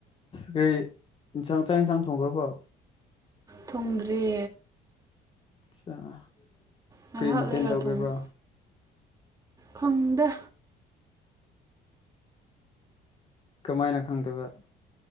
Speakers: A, on the left; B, on the right.
A: ꯀꯔꯤ ꯏꯟꯁꯥꯡ ꯆꯥꯌꯦꯟꯁꯥꯡ ꯊꯣꯡꯈ꯭ꯔꯣꯕꯣ
B: ꯊꯨꯡꯗ꯭ꯔꯤ
A: <unintelligible>
B: ꯉꯥꯏꯍꯥꯛ
A: ꯀꯔꯤ ꯃꯊꯦꯜ
B: ꯂꯩꯔ
A: ꯇꯧꯒꯦꯕ꯭ꯔꯣ
B: ꯊꯨꯡꯉꯨ ꯈꯪꯗꯦ
A: ꯀꯃꯥꯏꯅ ꯈꯪꯗꯕ